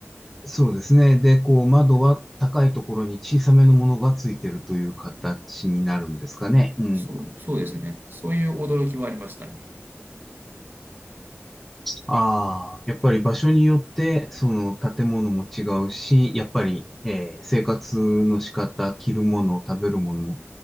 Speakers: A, in the centre; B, on the right (about 45°).
A: そうですね。で、こう、窓は高いところに小さめのものがついてるという形になるんですかね。うん。
B: そう、そうですね。そういう驚きはありましたね。
A: ああ、やっぱり場所によって、その建物も違うし、やっぱり、えー生活の仕方、着るもの、食べるものも